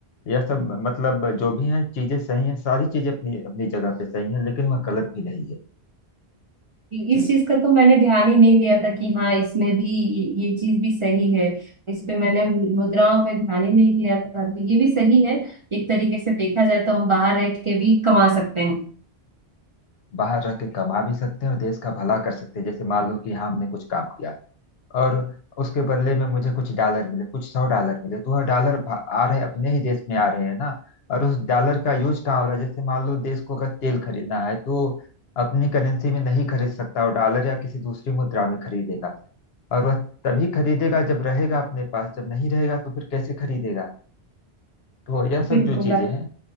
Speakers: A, on the left; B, on the right.
A: यह सब मतलब जो भी है चीजें सही हैं सारी चीजें अपनी अपनी जगह पे सही हैं लेकिन वह गलत भी नहीं है
B: इस
A: जी
B: चीज का तो मैंने ध्यान ही नहीं दिया था कि हाँ इसमें भी ये, ये चीज भी सही है इस पे मैंने मुद्राओं पे ध्यान ही नहीं दिया था तो ये भी सही है एक तरीके से देखा जाए तो हम बाहर रह के भी कमा सकते हैं
A: बाहर रह के कमा भी सकते हैं और देश का भला कर सकते हैं जैसे मान लो कि यहाँ हमने कुछ काम किया और उसके बदले में मुझे कुछ डॉलर मिले कुछ सौ डॉलर मिले तो वह डॉलर भा- आ रहे अपने ही देश में आ रहे हैं ना और उस डॉलर का यूज कहाँ हो रहा है जैसे मान लो देश को अगर तेल खरीदना है तो अपनी करेंसी में नहीं खरीद सकता वो डॉलर या किसी दूसरी मुद्रा में खरीदेगा और वह तभी खरीदेगा जब रहेगा अपने पास जब नहीं रहेगा तो फिर कैसे खरीदेगा तो यह सब
B: बिल्कुल
A: जो चीजें हैं